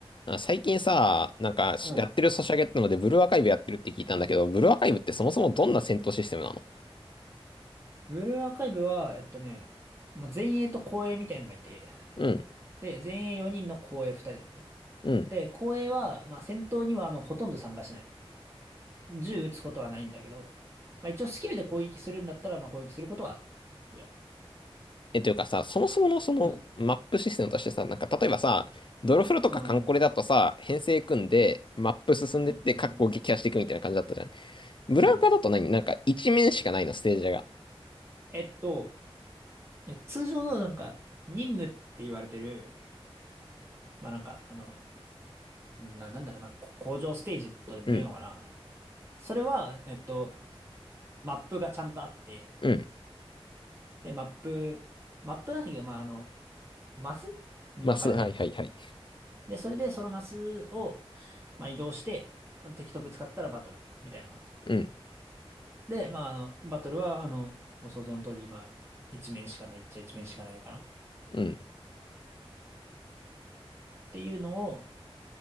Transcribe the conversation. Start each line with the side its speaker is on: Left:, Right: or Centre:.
Left: あ最近さ、なんかしやってるソシャゲってので、
Right: うん。
Left: ブルーアーカイブやってるって聞いたんだけど、ブルーアーカイブってそもそもどんな戦闘システムなの
Right: ブルーアーカイブは、えっとね、まあ、前衛と後衛みたいなのがいて、
Left: うん、
Right: で、前衛4人の後衛2人だね。
Left: うん。
Right: で、後衛は、まあ、戦闘にはまあほとんど参加しない。銃撃つことはないんだけど、まあ、一応スキルで攻撃するんだったら、まあ、攻撃することはあるぐらい。
Left: え、というかさ、そもそものそのマップシステムとしてさ、
Right: うん。
Left: なんか例えばさ、ドロフロとかカンコレだとさ、
Right: うん。
Left: 編成組んでマップ進んでって、
Right: うん。全然
Left: カッコ撃破していくみたいな感じだったじゃん。ブルーアーカだと何なんか一面しかないの、
Right: うん。
Left: ステージが。
Right: えっと、え、通常のなんか、任務って言われてる、まあ、なんか、あの、な、なんだろうな、こ工場ステージとでも言うのかな。
Left: うん、
Right: それは、えっと、マップがちゃんとあって、
Left: うん。
Right: で、マップ、マップなんだけど、まあ、あの、マスに分かれてるのね。
Left: マス、はいはいはい。
Right: で、それでそのマスを、まあ、移動して、敵とぶつかったらバトル、みたいな感じ。
Left: うん、
Right: で、まあ、あの、バトルは、あの、ご想像の通り、まあ、一面しかないっちゃ一面しかないかな。っ
Left: うん、
Right: ていうのを、